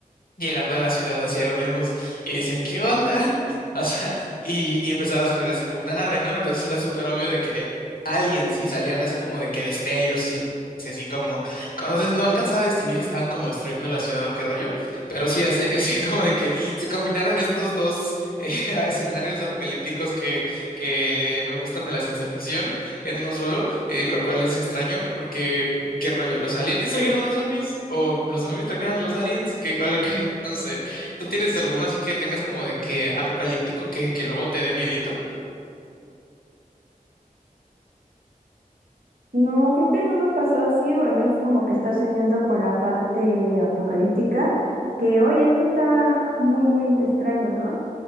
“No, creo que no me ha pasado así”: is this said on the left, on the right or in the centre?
Right